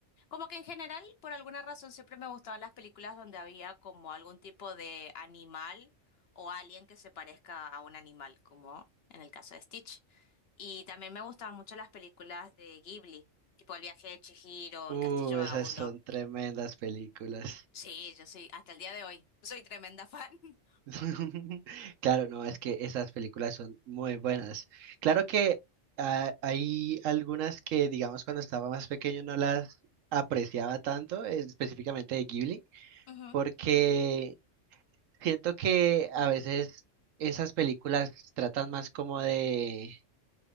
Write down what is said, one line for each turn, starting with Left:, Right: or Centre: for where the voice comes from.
Left: Como que en general, por alguna razón, siempre me gustaban las películas donde había como algún tipo de animal o alguien que se parezca a un animal, como en el caso de Stitch. Y también me gustaban mucho las películas de Ghibli, tipo El viaje de Chihiro,
Right: Uh,
Left: El castillo vagabundo.
Right: esas son tremendas películas.
Left: Sí, yo soy, hasta el día de hoy, <laughs> soy tremenda fan. <laughs>
Right: <laughs> Claro, no, es que esas películas son muy buenas. Claro que ah, hay algunas que, digamos, cuando estaba más pequeño no las apreciaba tanto, eh, específicamente de Ghibli,
Left: Ujú,
Right: porque siento que a veces esas películas tratan más como de,